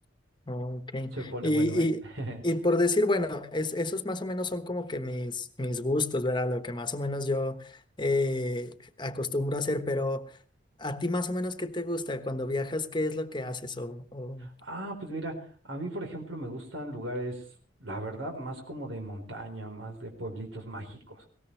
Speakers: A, on the left; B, on the right.
A: ok.
B: Se pone
A: Y,
B: bueno, ¿eh?
A: y,
B: <laughs>
A: y por decir, bueno, es, esos más o menos son como que mis, mis gustos, ¿verdad? Lo que más o menos yo eh, acostumbro a hacer, pero ¿a ti más o menos qué te gusta? Cuando viajas, ¿qué es lo que haces? O, o...
B: Ah, pues mira, a mí, por ejemplo, me gustan lugares, la verdad, más como de montaña, más de pueblitos mágicos,